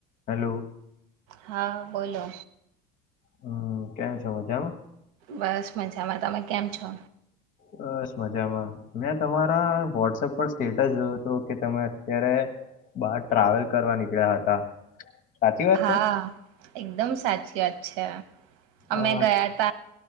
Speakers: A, on the left; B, on the right.
A: Hello.
B: હા બોલો.
A: હમ કેમ છ મજામાં.
B: બસ મજામાં તમે કેમ છો.
A: બસ મજામાં મેં તમારા વોટસપ પર સ્ટેટસ જોયું હતો કે તમે અત્યારે બાર ટ્રાવેલ કરવા નીકળ્યા હતા. સાચી વાત
B: હા
A: છે
B: એકદમ સાચી વાત છે અમે
A: અ,
B: ગયા ત